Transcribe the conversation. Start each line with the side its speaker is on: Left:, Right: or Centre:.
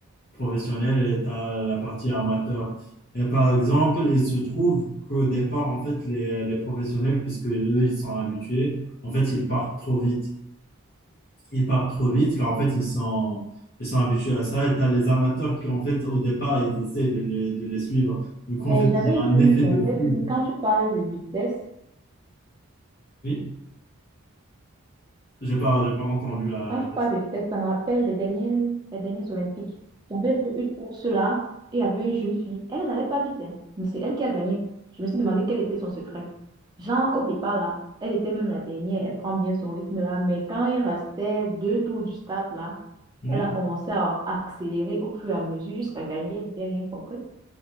Left: professionnel, et tu as la partie amateur. Et par exemple, il se trouve qu'au départ, en fait, les, les professionnels, puisque eux, ils sont habitués, en fait, ils partent trop vite ils partent trop vite car en fait ils sont ils sont habitués à ça et tu as les amateurs qui en fait au départ ils essaient de les, de les suivre du coup
Right: et
Left: en fait il
Right: j'avais
Left: y a un
Right: vu,
Left: effet
Right: j'avais
Left: de foule
Right: vu, quand tu parles de vitesse,
Left: oui j'ai pas j'ai pas entendu la, la
Right: Quand tu
Left: question
Right: parles de vitesse, ça me rappelle les dernières, les dernières Olympiques. J'avais vu une course là et il y avait une jeune fille. Elle n'allait pas vite, hein, mais c'est elle qui a gagné. Je me suis demandé quel était son secret. Genre, au départ là, elle était même la dernière, elle prend bien son rythme là, mais quand il restait deux tours du stade là,
Left: oui
Right: elle a commencé à accélérer au fur et à mesure jusqu'à gagner. J'ai rien compris.